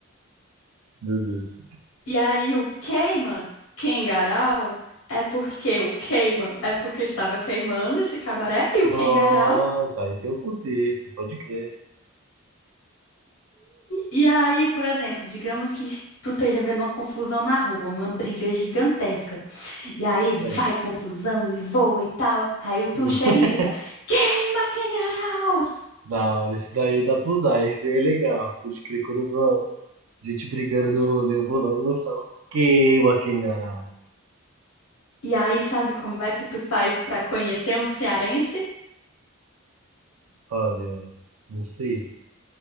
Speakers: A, on the right; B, on the left.
A: meu Deus.
B: E aí o queima, Kengarau, é porque o queima, é porque estava queimando esse cabaré e
A: Nossa,
B: o Kengarau.
A: aí tem o contexto, pode crer.
B: E aí, por exemplo, digamos que tu esteja vendo uma confusão na rua, uma briga gigantesca. E aí vai
A: Certo.
B: confusão e voa e tal. Aí tu
A: <laughs>
B: chega e grita: Queima, Quengarau!
A: Da hora, isso daí dá pra usar, isso aí é legal. Pode crer, quando eu vou Gente brigando no rolê, eu vou logo lançar um queima quem enganar.
B: E aí, sabe como é que tu faz pra conhecer um cearense?
A: Olha, não sei.